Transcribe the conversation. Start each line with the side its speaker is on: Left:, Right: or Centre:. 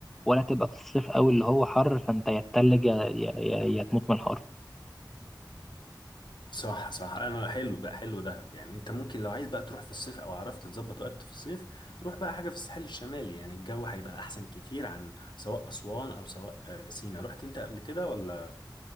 Centre: ولا تبقى في الصيف قوي اللي هو حر فانت يا تتلج يا يا يا- يا تموت من الحر
Left: صح صح انا حلو بقى حلو دهب يعني انت ممكن لو عايز بقى تروح في الصيف او عرفت تظبط وقت في الصيف روح بقى حاجة في الساحل الشمالي يعني الجو هيبقى احسن كتير عن سواء اسوان او سواء آه، سينا رحت انت قبل كده ولا